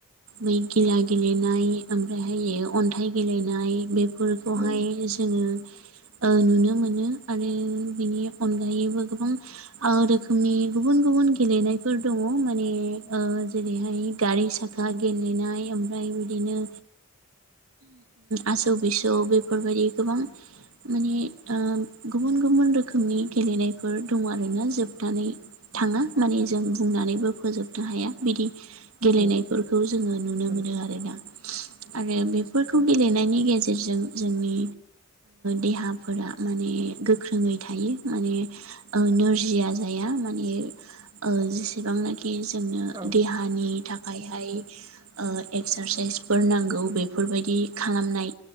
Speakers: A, on the right; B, on the right.
A: मै गिला गेलेनाय ओमफ्रायहाय अनथाइ गेलेनाय बेफोरखौहाय
B: औ
A: जोङो नुनो मोनो आरो बिनि अनगायैबो गोबां रोखोमनि गुबुन गुबुन गेलेनायफोर दङ माने जेरैहाय गारि साखा गेलेनाय ओमफ्राय बिदिनो आसौ बिसौ बेफोरबायदि गोबां माने गुबुन गुबुन रोखोमनि गेलेनायफोर दङ आरोना जोबनानै थाङा माने जा बुंनानैबो फोजोबनो हाया बिदि गेलेनायफोरखौ
B: औ
A: जोङो नुनो
B: नंगौ
A: मोनो आरोना आरो बेफोरखौ गेलेनायनि गेजेरजों जोंनि देहाफोरा माने गोख्रोङै थायो माने नोरजिया जाया माने जेसेबांनाखि जोंनो
B: औ
A: देहानि थाखाय यहाय एक्सारसाइसफोर नांगौ बेफोरबायदि खालामनाय